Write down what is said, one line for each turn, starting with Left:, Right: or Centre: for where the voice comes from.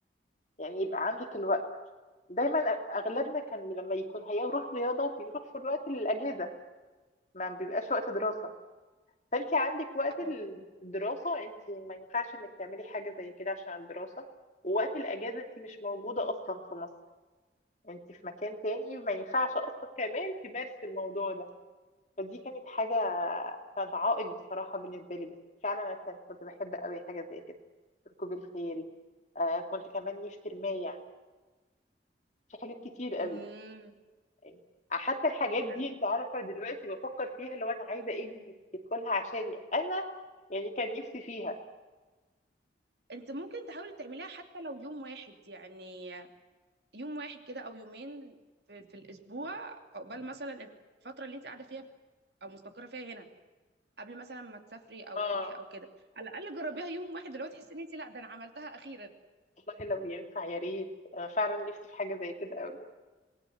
Left: يعني يبقى عندك الوقت دايما اغلبنا كان لما يكون هيروح رياضه بيروح في الوقت الاجازه ما بيبقاش وقت دراسة فانت عندك وقت
Right: اه
Left: الدراسة انت ما ينفعش انك تعملي حاجة زي كده عشان الدراسة ووقت الأجازة انت مش موجودة أصلا في مصر انت في مكان تاني ما ينفعش أصلا كمان تمارسي الموضوع ده فدي كانت حاجة كانت عائق بصراحة بالنسبة لي بس فعلا أنا كان- كنت بحب قوي حاجة زي كده ركوب الخيل آه كنت كمان نفسي الماية في حاجات كتير قوي
Right: امم
Left: يعني حتى الحاجات دي
Right: أنا-
Left: انت عارفة دلوقتي بفكر فيها لو أنا عايزة ابني يدخلها عشان أنا يعني كان نفسي فيها
Right: انت ممكن تحاولي تعمليها حتى لو يوم واحد يعني يوم واحد كده او يومين في, في الاسبوع قبل مثلا الفتره اللي انت قاعده فيها او مستقره فيها هنا قبل مثلا ما تسافري او
Left: اه
Right: تروحي او كده على الاقل جربيها يوم واحد اللي هو تحسي ان انت لا ده انا عملتها اخيرا
Left: والله لو ينفع يا ريت انا فعلا نفسي في حاجه زي كده قوي